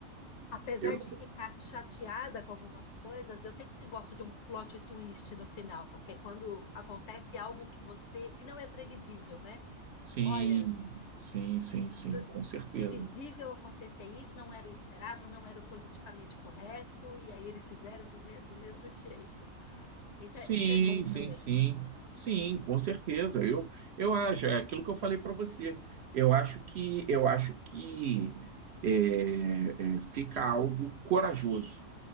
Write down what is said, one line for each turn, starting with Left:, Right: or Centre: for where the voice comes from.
Left: Apesar
Right: Eu-
Left: de ficar chateada com algumas coisas, eu sempre gosto de um plot twist no final, que é quando acontece algo que você, que não é previsível, né?
Right: Sim,
Left: Olha,
Right: sim, sim, sim,
Left: n-
Right: com certeza.
Left: previsível acontecer isso, não era o esperado, não era o politicamente correto, e aí eles fizeram de me- do mesmo <laughs> jeito. Isso
Right: Sim,
Left: é, isso é bom
Right: sim,
Left: também.
Right: sim. Sim, com certeza. Eu, eu acho, é aquilo que eu falei para você. Eu acho que eu acho que é, é, fica algo corajoso.